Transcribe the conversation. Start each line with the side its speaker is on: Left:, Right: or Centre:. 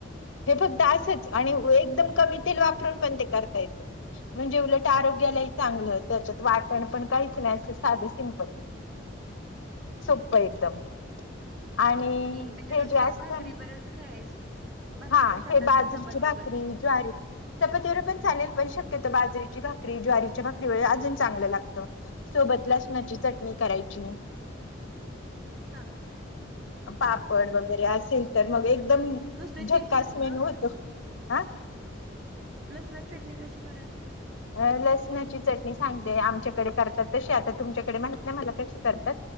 Left: हे फक्त असंच आणि एकदम कमी तेल वापरून पण ते करता येतं. म्हणजे उलट आरोग्यालाही चांगलं त्याच्यात वाटण पण काहीच नाय असं साधं सिंपल. सोप्प
Right: हम्म
Left: एकदम आणि
Right: म्हणजे
Left: हे
Right: कसं
Left: जास्त
Right: भाकरी बरच खायचं भाकरीवर
Left: हा
Right: खातात
Left: हे बाजरीची
Right: का चपातीवर
Left: भाकरी, ज्वारी चपातीबरोबर पण चालेल पण शक्यत बाजरीची भाकरी ज्वारीची भाकरी व अजून चांगलं लागतं. सोबत लसणाची चटणी करायची.
Right: हां
Left: पापड वगैरे असेल तर मग
Right: म्हणजे
Left: एकदम
Right: नुसतं
Left: झक्कास
Right: चिचून
Left: मेनू
Right: का
Left: होतो. हा
Right: लसणा चटणी कशी करायची म्हणलं
Left: अ लसणाची चटणी सांगते आमच्याकडे करतात तशी आता तुमच्याकडे माहित नाय मला कशी करतात.